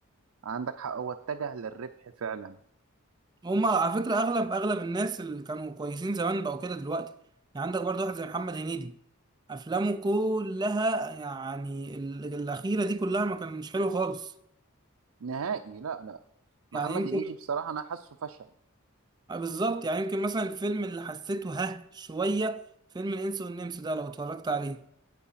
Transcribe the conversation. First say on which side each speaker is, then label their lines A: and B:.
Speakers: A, on the right (about 70°); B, on the right (about 20°).
A: عندك حق هو اتجه للربح فعلا
B: هما على فكرة أغلب أغلب الناس اللي كانوا كويسين زمان بقوا كده دلوقتي يعني عندك برضه واحد زي محمد هنيدي أفلامه كلها يعني ال- الأخيرة دي كلها ما كانش حلو خالص
A: نهائي لا لا محمد
B: يعني يمكن
A: هنيدي بصراحة انا حاسه فشل
B: آه بالظبط يعني يمكن مثلا الفيلم اللي حسيته ها شوية فيلم الإنس والنمس ده لو اتفرجت عليه